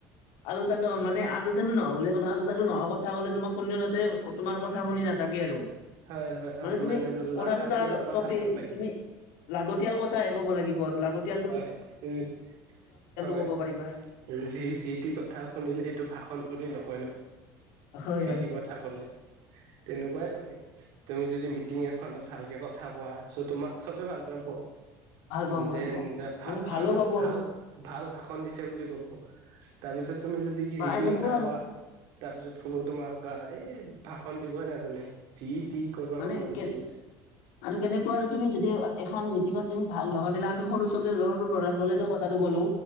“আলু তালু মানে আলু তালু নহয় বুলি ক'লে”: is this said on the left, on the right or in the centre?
Left